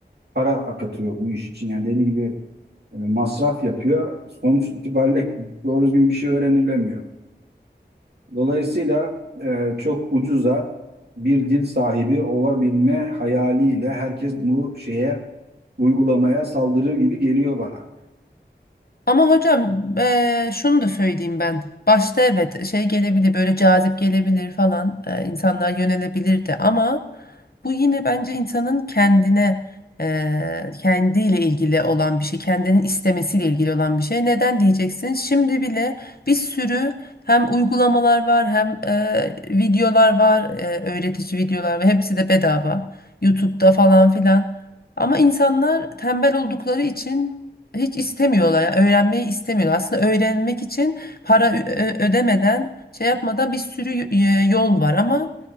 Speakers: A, on the right; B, on the left.
A: para akıtıyor bu iş için. Yani dediği gibi e, masraf yapıyor. Sonuç itibariyle <laughs> doğru düzgün bir şey öğrenilemiyor. Dolayısıyla e, çok ucuza bir dil sahibi olabilme hayaliyle herkes bu şeye uygulamaya saldırır gibi geliyor bana.
B: Ama hocam eee, şunu da söyleyeyim ben. Başta evet şey gelebilir böyle cazip gelebilir falan eee, insanlar yönelebilirdi ama bu yine bence insanın kendine eee kendiyle ilgili olan bir şey, kendinin istemesiyle ilgili olan bir şey. Neden diyeceksin? Şimdi bile bir sürü hem uygulamalar var hem eee, videolar var, eee, öğretici videolar var. Hepsi de bedava. YouTube'da falan filan. Ama insanlar tembel oldukları için hiç istemiyorlar. ya, öğrenmeyi istemiyorlar. Aslında öğrenmek için para ö- ö- ödemeden, şey yapmadan bir sürü y- e, yol var ama